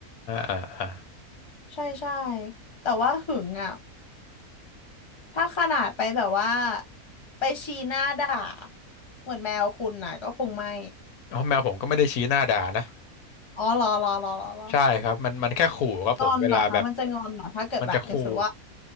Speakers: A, on the left; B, on the left.
A: อ่าอ่า
B: ใช่ใช่แต่ว่าหึงอ่ะถ้าขนาดไปแบบว่าไปชี้หน้าด่าเหมือนแมวคุณน่ะก็คงไม่
A: อ๋อแมวผมก็ไม่ได้ชี้หน้าด่านะ
B: อ๋อรอรอรอรอรอ
A: ใช่ครับมันมันแค่ขู่ครับผมเวลาแบบ
B: งอนเหรอคะมันจะงอนเหรอถ้าเกิดแบบอย่างสมมติว่า
A: มันจะขู่